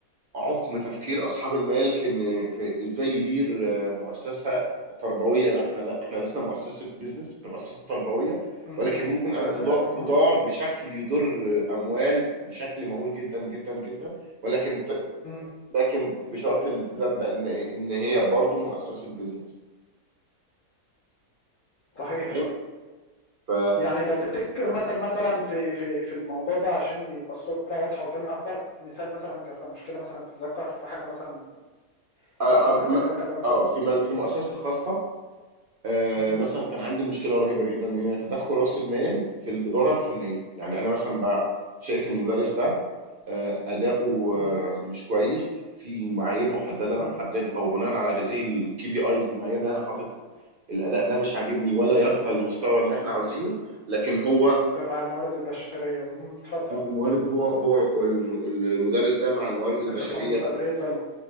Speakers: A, on the right; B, on the left.
A: عقم تفكير اصحاب المال في ان في ازاي يدير آه، مؤسسه تربويه لا احنا لا احنا لسنا مؤسسه بيزنس احنا مؤسسه تربويه
B: مم.
A: ولكن ممكن
B: في
A: ان
B: الاساس
A: تضا-
B: مم.
A: تدار بشكل يضر آه، اموال بشكل مهول جدا جدا جدا ولكن ت-
B: مم.
A: لكن بشرط الالتزام بان ان هي برضو مؤسسه بيزنس
B: صحيح
A: تمام ف
B: يعني لو تفتكر مثلا مثلا في في في الموضوع ده عشان يبقى الصوره واضحه قدامي اكتر مثال مثلا ك- كمشكله مثلا تتذكر في حاجه مثلا
A: آه،
B: حصل
A: أم-
B: كذا
A: م-
B: كذا كذا مثلا
A: اه في م- في
B: م-
A: مؤسسه خاصه آه،
B: م-
A: مثلا كان عندي مشكله رهيبه جدا ان هي تدخل راس المال في الاداره الفنيه يعني انا مثلا بقى شايف ان المدرس ده آه، اداؤه
B: م-
A: آه، مش كويس في معايير محدده انا
B: م-
A: محددها وبناء على هذه الكي بي ايز المعايير اللي انا حاططها الاداء ده مش عاجبني ولا يرقى المستوى اللي احنا
B: م-
A: عاوزينه لكن هو
B: تبع الموارد البشريه م- اتفضل
A: الموارد هو هو الم- المدرس ده مع الموارد البشريه
B: البرفورمانس ابريزل